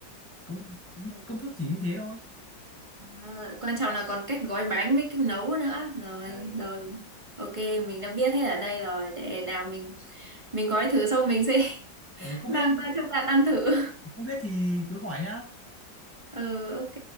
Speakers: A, on the left (about 20°); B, on the right (about 20°).
A: công công,
B: Được.
A: công thức chỉ như thế thôi
B: À, quan trọng là còn cách gói bánh với cách nấu nữa. Rồi,
A: ờ,
B: rồi. Ok, mình đã biết hết ở đây rồi. Để nào mình mình gói thử xong mình sẽ <laughs>
A: ờ, không
B: mang
A: biết
B: qua cho bạn ăn thử.
A: không biết thì cứ hỏi nhá
B: Ừ ok.